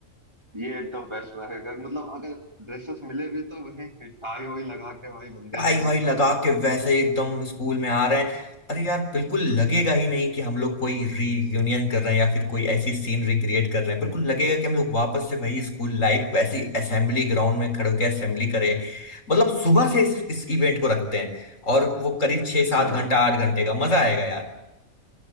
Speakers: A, on the right (about 20°); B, on the left (about 75°).
A: ये एकदम बेस्ट रहेगा मतलब अगर ड्रेसेस मिले भी तो वही टाई वाई लगा के वही बंदे
B: टाई
A: आएंगे
B: वाई लगा
A: तो
B: के वैसे ही एकदम स्कूल में आ रहे हैं अरे यार बिल्कुल लगेगा ही नहीं कि हम लोग कोई रीयूनियन कर रहे हैं या फिर कोई
A: <laughs>
B: ऐसी सीन रिक्रिएट कर रहे हैं बिल्कुल लगेगा कि हम लोग वापस से वही स्कूल लाइफ वैसी असेंबली ग्राउंड में खड़े होकर असेंबली करें मतलब सुबह से इस, इस इवेंट को रखते हैं और वो करीब छः
A: अच्छा
B: सात घंटा आठ घंटे का मजा आएगा यार